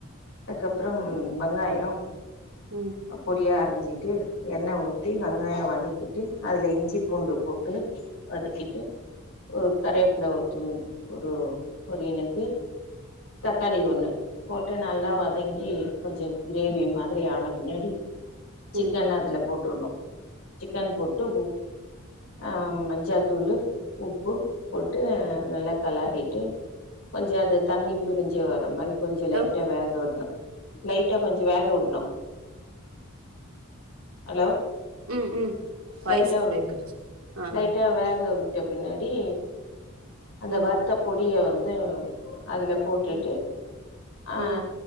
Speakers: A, on the left; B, on the right.
A: அதுக்கப்புறம் வெங்காயம்
B: ம்
A: பொடியா அரிஞ்சிட்டு எண்ணெய் ஊத்தி வெங்க வெங்காய வதக்கிட்டு அதுல இஞ்சி பூண்டு போட்டு வதக்கிட்டு ஒரு கருவேப்பிலை ஒரு துண் ஒரு ஒரு இனுக்கு தக்காளி ஒண்ணு போட்டு நல்லா வதங்கி கொஞ்சம் கிரேவி மாதிரி ஆன பின்னாடி சிக்கன
B: ம்.
A: அதுல போட்டுருணும் சிக்கன் போட்டு அ மஞ்சாத்தூள் உப்பு போட்டு நல்லா கெலறிட்டு கொஞ்சம் அது தண்ணி பிரிஞ்சு வர மாதிரி கொஞ்சம் லைட்டா
B: ஹலோ!
A: வேக விடணும் லைட்டா கொஞ்சம் வேக விடணும் ஹலோ
B: ம் ம் வாய்ஸ்
A: லைட்டா
B: பிரேக் ஆச்சு ஆ
A: லைட்டா வேக விட்ட பின்னாடி அந்த
B: ம்
A: வருத்த பொடிய வந்து அதுல போட்டுட்டு
B: ம்
A: அ
B: ம்